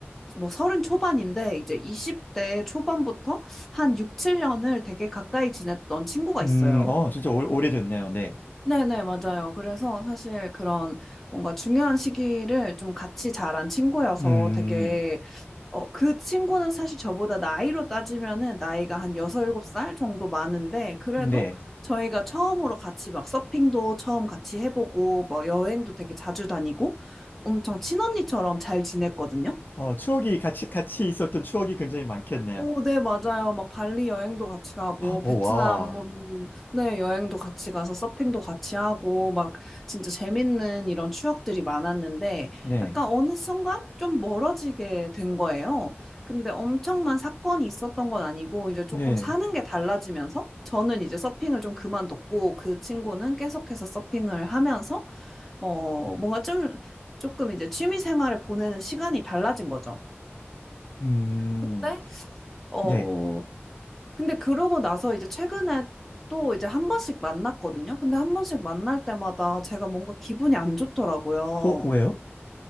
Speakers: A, in the centre; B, on the left.
A: 뭐 30 초반인데 이제 20대 초반부터 한 6, 7년을 되게 가까이 지냈던 친구가
B: 음,
A: 있어요.
B: 어, 진짜 오, 오래됐네요. 네.
A: 네네, 맞아요. 그래서 사실 그런 뭔가 중요한 시기를 좀 같이 자란 친구여서
B: 음,
A: 되게, 어, 그 친구는 사실 저보다 나이로 따지면은 나이가 한 여섯 일곱 살 정도 많은데, 그래도
B: 네.
A: 저희가 처음으로 같이 막 서핑도 처음 같이 해보고, 뭐 여행도 되게 자주 다니고, 엄청 친언니처럼 잘 지냈거든요.
B: 어, 추억이 같이, 같이 있었던 추억이 굉장히 많겠네요.
A: 오, 네, 맞아요. 막 발리 여행도 같이 가고,
B: 어,
A: 베트남으로,
B: 와.
A: 네, 여행도 같이 가서 서핑도 같이 하고, 막 진짜 재밌는 이런 추억들이 많았는데,
B: 네.
A: 약간 어느 순간 좀 멀어지게 된 거예요. 근데 엄청난 사건이 있었던 건 아니고, 이제 조금
B: 네.
A: 사는 게 달라지면서, 저는 이제 서핑을 좀 그만뒀고, 그 친구는 계속해서 서핑을 하면서, 어, 뭔가 좀, 조금 이제 취미 생활을 보내는 시간이 달라진 거죠.
B: 음,
A: 근데 어,
B: 네.
A: 근데 그러고 나서 이제 최근에 또 이제 한 번씩 만났거든요. 근데 한 번씩 만날 때마다 제가 뭔가 기분이 안 좋더라고요.
B: 어, 왜요?